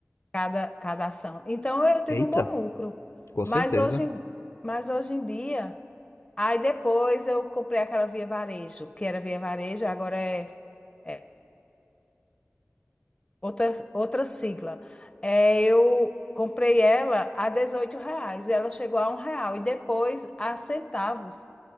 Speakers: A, on the left; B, on the left.
A: cada, cada ação. Então eu tive
B: eita,
A: um bom lucro.
B: com
A: Mas
B: certeza.
A: hoje, em- mas hoje em dia, aí depois eu comprei aquela Via Varejo, que era Via Varejo, agora é, é outra, outra sigla. É, eu comprei ela a 18 reais. Ela chegou a um real e depois a centavos.